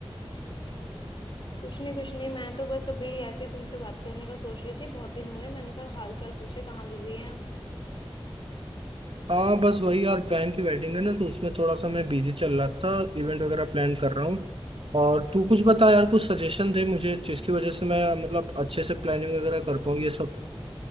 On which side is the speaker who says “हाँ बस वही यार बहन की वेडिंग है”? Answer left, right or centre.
Right